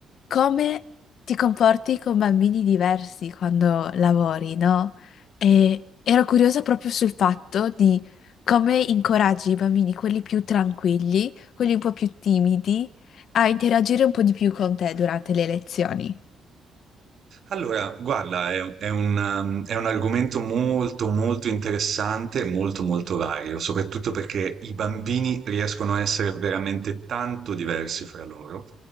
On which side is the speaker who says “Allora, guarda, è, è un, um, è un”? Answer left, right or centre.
Right